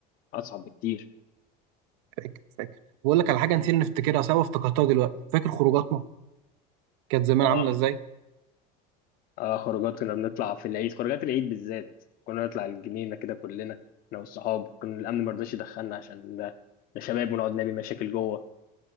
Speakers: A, on the left; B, on the right.
A: اصعب بكتير
B: فاكر فاكر بقول لك على حاجه نسينا نفتكرها سوا افتكرتها دلوقتي فاكر خروجاتنا كانت زمان
A: اه
B: عامله ازاي
A: اه خروجات كنا بنطلع في العيد خروجات العيد بالذات كنا نطلع الجنينة كده كلنا انا والصحاب كنا الامن ما رضاش يدخلنا عشان ده ده شباب ونقعد نعمل مشاكل جوه